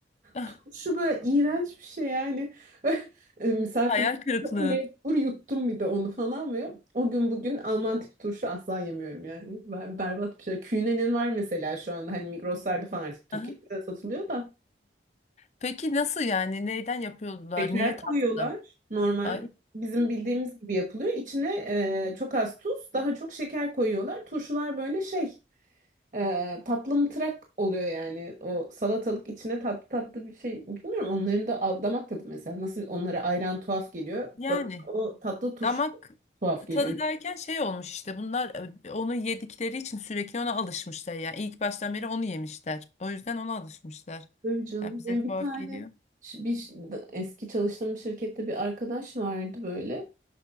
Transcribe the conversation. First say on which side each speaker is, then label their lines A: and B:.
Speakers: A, on the left (about 40°); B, on the right (about 45°).
A: Ah,
B: Turşu böyle iğrenç bir şey yani. <laughs> E, misafirlik
A: Hayal kırıklığı.
B: <laughs> mecbur yuttum bir de onu falan ve o gün bugün Alman tipi turşu asla yemiyorum yani. Ben, berbat bir şey. Künenin var mesela şu anda hani Migros'larda falan artık Türkiye'de
A: Aha.
B: de satılıyor da.
A: Peki nasıl yani? Neyden yapıyorlar?
B: Şeker
A: Niye tatlı?
B: koyuyorlar. Normal
A: Ay
B: bizim bildiğimiz gibi yapılıyor. İçine e, çok az tuz, daha çok şeker koyuyorlar. Turşular böyle şey Ee, tatlı oluyor yani. O salatalık içine tatlı tatlı bir şey. Bilmiyorum onların da a- damak tadı mesela. Nasıl onlara ayran tuhaf geliyor.
A: yani.
B: Bana o tatlı turşu
A: Damak
B: tuhaf geliyor.
A: tadı derken şey olmuş işte bunlar e, onu yedikleri için sürekli ona alışmışlar yani ilk baştan beri onu yemişler. O yüzden ona alışmışlar.
B: Tabii canım.
A: Yani bize
B: Benim
A: tuhaf
B: bir tane
A: geliyor.
B: ş- bir ş- da- eski çalıştığım bir şirkette bir arkadaş vardı böyle.